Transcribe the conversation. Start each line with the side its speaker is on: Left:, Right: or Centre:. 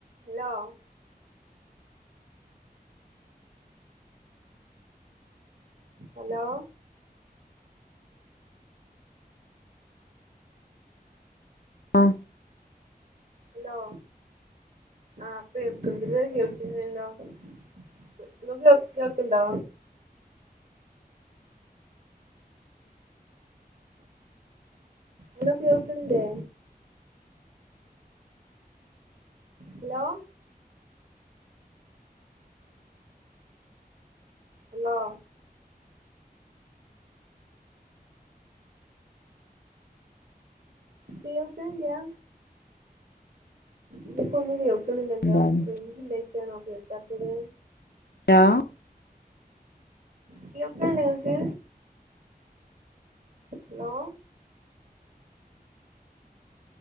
Right: Hello hello
Left: ആഹ്
Right: hello ആഹ് പ്പേൾക്ക് ണ്ട് ഇത് വരെ കേൾക്കുന്ന് ല്ലല്ലോ <inaudible> കേൾക്ക് ണ്ടോ ങ്ങൾകേൾക്കുന്നില്ലേ ഹലോ ഹലോ കേൾക്ക്ണില്ലാ ഇതിക്കൊന്നും കേൾക്ക്ണില്ലല്ലോ
Left: എന്താണ്
Right: റേഞ്ചില്ലായ്റ്റാണോ കേൾക്കാത്തത്
Left: ലോ
Right: കേൾക്കിണില്ലെങ്ങക്ക് ഹലോ